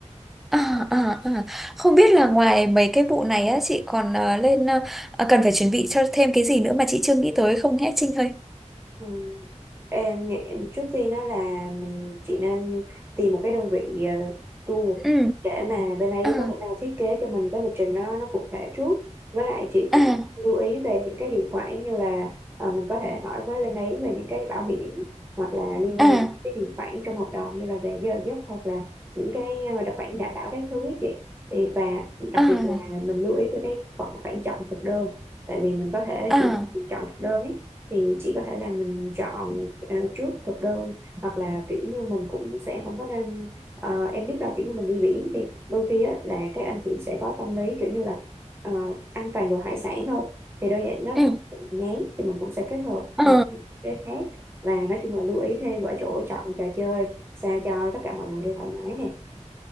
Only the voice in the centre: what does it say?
à, à, à, à. không biết là ngoài mấy cái vụ này á chị còn ờ, lên ờ, cần phải chuẩn bị cho thêm cái gì nữa mà chị chưa nghĩ tới không nhé Trinh ơi
ừ
à,
à,
à,
à.
À,
ừ,
ờ,